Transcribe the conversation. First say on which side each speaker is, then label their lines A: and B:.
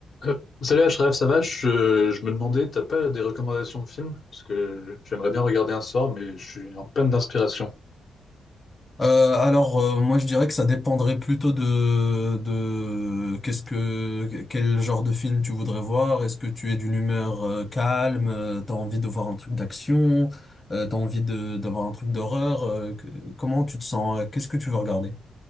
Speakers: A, on the left; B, on the left.
A: Euh, salut Ashraf, ça va? Je, je me demandais, t'as pas des recommandations de films? Parce que j'aimerais bien regarder un soir, mais je suis en peine d'inspiration.
B: Euh, alors euh, moi je dirais que ça dépendrait plutôt de de qu'est-ce que quel genre de film tu voudrais voir. Est-ce que tu es d'une humeur euh, calme, euh, t'as envie de voir un truc d'action, euh, t'as envie de d'avoir un truc d'horreur. euh, que- comment tu te sens? euh, Qu'est-ce que tu veux regarder?